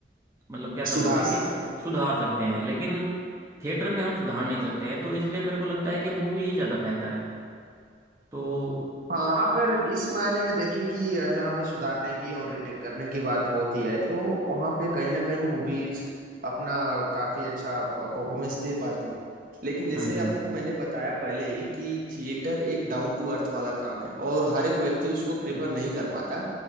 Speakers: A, on the right (about 15°); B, on the right (about 50°).
A: मतलब क्या कर
B: सुधार
A: सकते हैं कि
B: सकते हैं
A: सुधार सकते हैं लेकिन थिएटर में हम सुधार नहीं सकते हैं तो इसलिए मेरे को लगता है कि मूवी ही ज़्यादा बेहतर है तो
B: हाँ अगर
A: हम्म
B: इस मायने में देखें कि जहाँ पे सुधारने की और रिटेक करने की बात होती है तो वहाँ पे कहीं ना कहीं मूवीज अपना काफी अच्छा परफॉर्मेंस दे पाती है लेकिन जैसे
A: हम्म।
B: आपको मैंने बताया पहले ही कि थिएटर एक डाउन टू अर्थ वाला काम है और हर एक व्यक्ति उसको प्रेफर नहीं कर पाता